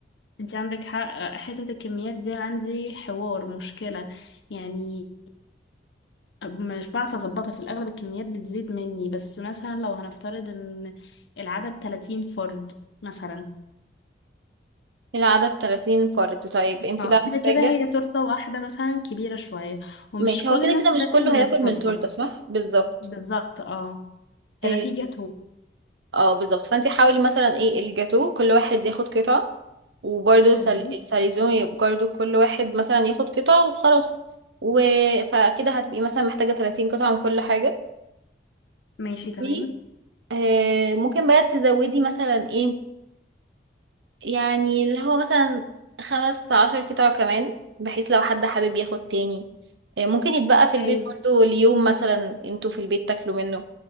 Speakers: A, on the left; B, on the right.
A: انت عندك حق حتة الكميات دي عندي حوار مشكلة يعني مش بعرف اظبطها في الاغلب الكميات بتزيد مني بس مثلا لو هنفترض ان العدد 30 فرد مثلا
B: العدد 30 فرد طيب انتي
A: اه
B: بقى محتاجة
A: كده كده هي تورتة واحدة مثلا كبيرة شوية ومش
B: ماشي
A: كل
B: هو كده
A: الناس
B: كده مش
A: بتاكل
B: كله
A: من
B: هياكل
A: التورتة
B: من التورتة صح بالظبط
A: بالظبط اه
B: إيه،
A: هيبقى في جاتو
B: اه بالظبط فانت حاولي مثلا ايه الجاتو كل واحد ياخد قطعة وبرده
A: تمام
B: الساليزون يبقى برضه كل واحد مثلا ياخد قطعة وخلاص و... فكده هتبقي مثلا محتاجة 30 قطعة من كل حاجة
A: ماشي تمام
B: و آه ممكن بقى تزودي مثلا ايه يعني اللي هو مثلا خمس عشر قطع كمان بحيث لو حد حابب ياخد تاني آه ممكن يتبقى في البيت
A: ايوه
B: برضه ليوم مثلا انتوا في البيت تاكلوا منه